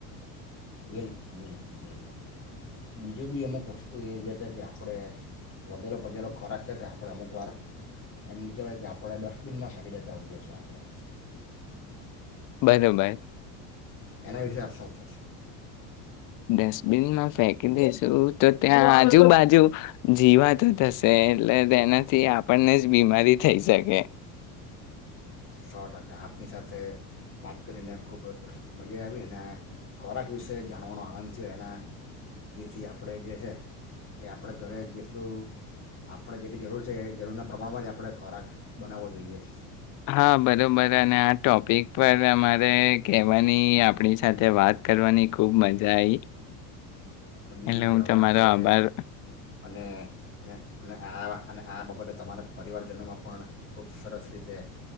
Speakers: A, on the left; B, on the left.
A: બિલકુલ બિલકુલ બિલકુલ બીજું બી અમુક વસ્તુ એ જે છે, કે આપણે વધેલો પચેલો ખોરાક છે તે આપણે અમુક વાર એમ કેવાય કે આપણે ડસ્ટબિનમાં થાકી દેતા હોઈએ છીએ આપણે
B: બને બાઈ
A: એના વિશે આપ શો કશો
B: ડસ્ટબિન માં ફેંકી દશું તો ત્યાં આજુબાજુ જીવાતો થશે એટલે તેનાથી આપણને જ બીમારી થઈ શકે
A: સો ટકા આપની સાથે વાત કરીને ખૂબ મજા આવી અને ખોરાક વિશે જાણવાનો આનંદ થયો એ એથી આપણે જે છે એ આપણે ઘરે જેટલું આપણે જેટલી જરૂર છે એ જરૂરનાં પ્રમાણમાં જ આપણે ખોરાક બનાવવો જોઈએ
B: હા બરોબર અને આ ટોપિક પર અમારે કવાની આપણી સાથે વાત કરવાની ખુબ મજા આવીઈ
A: અને બીજું
B: એટલે
A: કે
B: હું
A: હવે
B: તમારો
A: આપણે
B: આભાર
A: અને અને આ અને આ બાબતે તમારા પરિવારજનોમાં પણ ખૂબ સરસ રીતે